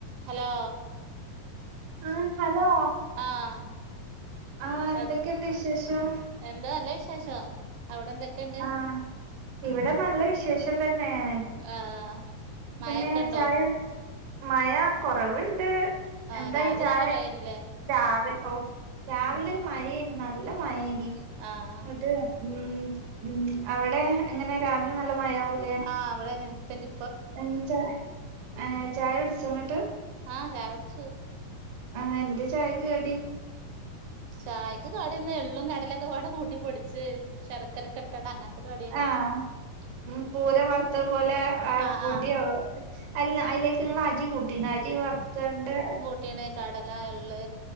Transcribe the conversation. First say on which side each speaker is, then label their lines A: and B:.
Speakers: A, on the right (about 80°); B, on the right (about 65°).
A: Hello
B: ആഹ് hello
A: ആഹ്
B: ആഹ് എന്തെക്കെണ്ട്
A: അത്
B: വിശേഷം
A: എന്താ നല്ല വിശേഷം അവിടെ എന്തെക്കെണ്ട്
B: അഹ് ഇവിടെ നല്ല വിശേഷം റ്റം തന്നേണ്
A: ആഹ് മഴൊക്കെ
B: പിന്നേ
A: ഉണ്ടോ
B: ചായുട് മഴ കൊറവ്ണ്ട്
A: ആഹ്
B: എന്തായി
A: രാവിലെ
B: ചായ
A: നല്ല മഴേനില്ലേ
B: രാവി ഓ രാവിലെ
A: ഉം
B: ഒരു മഴേനി നല്ല മഴേനി
A: ആഹ്
B: ന്നട്ട് ഉം ഉം അവിടെ എങ്ങനെ രാവിലെ നല്ല മഴാവും
A: ആഹ് ഇവ്ടെങ്ങനെ <unintelligible> തല്ലി
B: എന്നിട്ട് ഏ ചായ കുടിച്ചോ ന്നിട്ട്
A: ആഹ് ചായുട്ച്ചു
B: ആഹ് എന്താ ചായക്ക് കടി
A: ചായ്ക്ക് കടിന്നെ എള്ളും കടലൊക്കെ പാടെ കൂട്ടി പൊടിച്ച് ശർക്കരൊക്കെ ഇ ട്ടാണ് അങ്ങൻത്തൊര് ക
B: ആഹ് ഉം പൂരം വറുത്തത് പോലെ ആ
A: ആഹ്
B: പൊടിയോ
A: ആഹ്
B: അല്ല അയ്ലേക്ക്ങ്ങള് അരി കൂട്ടീണ് അരി വർത്താണ്ട്
A: ട്ട്യേനെ കടല, എള്ള്